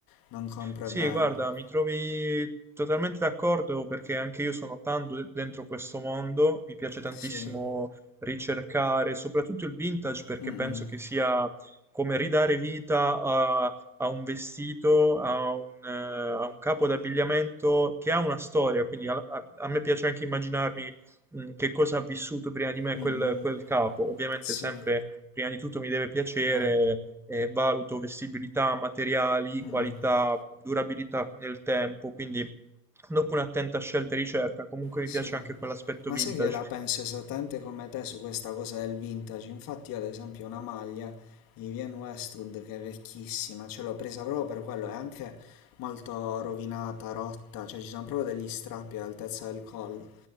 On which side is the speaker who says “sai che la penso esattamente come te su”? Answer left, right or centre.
Left